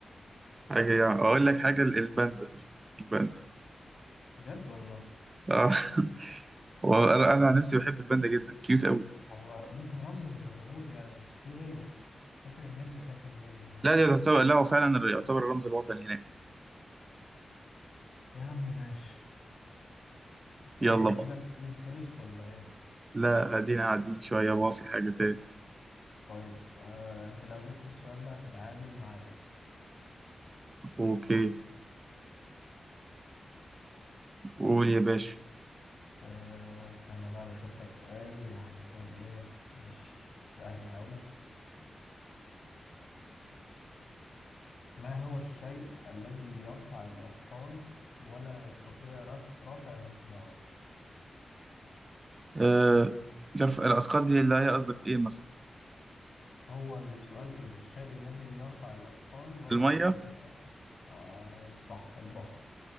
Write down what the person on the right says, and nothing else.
حاجه يعني اقول لك حاجه ال- الباندا يا اسطى، الباندا
اه <laughs> هو انا أنا عن نفسي بحب الباندا جدا كيوت قوي
لا
ده يعتبر لا هو فعلا يعتبر الرمز الوطني هناك
يلا
باص
لا قاعدين قاعدين شويه باصي حاجه تاني
اوكي قول يا باشا
آه مش عارف الاسقاط دي اللي هي قصدك ايه مثلا
الميه